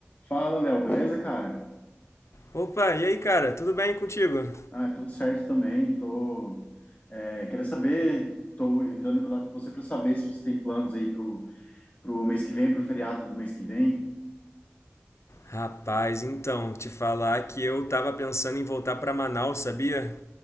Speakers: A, on the left; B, on the left.
A: Fala, Léo, beleza, cara?
B: Opa, e aí, cara? Tudo bem contigo?
A: Ah, tudo certo também. Tô, é, queria saber, tô entrando em contato com você para saber se você tem planos aí pro, pro mês que vem, pro feriado do mês que vem.
B: Rapaz, então, te falar que eu tava pensando em voltar pra Manaus, sabia?